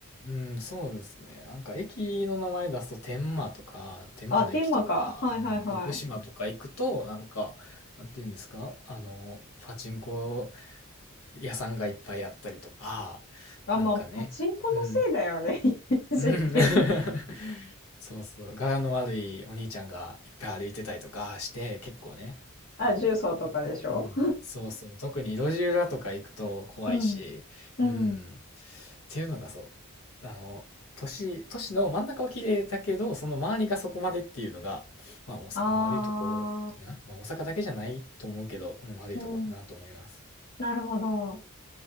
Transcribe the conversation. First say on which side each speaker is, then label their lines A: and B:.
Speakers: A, on the left; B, on the left.
A: うんそうですね。なんか駅の名前出すと天満とか、天満の駅とか、
B: あ、テーマか。はいはいはい。
A: うん福島とか行くと、なんか、なんていうんですか、あの、パチンコ屋さんがいっぱいあったりとか、
B: あ、
A: なんかね、
B: ま、あパチンコのせいだよね、
A: うん、
B: <laughs> イメージって。
A: <laughs> うん。<laughs> そうそう、柄の悪いお兄ちゃんがいっぱい歩いてたりとかして、結構ね、
B: あ、
A: あの、
B: 重曹とかでしょ？
A: うん、そうそう、特に路地裏とか行くと怖いし、
B: うん、うん。
A: うん、っていうのがそう、あの、都市、都市の真ん中は綺麗だけど、その周りがそこまでっていうのが、まあ大阪の悪いとこかな。
B: ああ、
A: まあ大阪だけじゃないと思うけど、うん、悪いとこかなと思います。
B: うん、なるほど。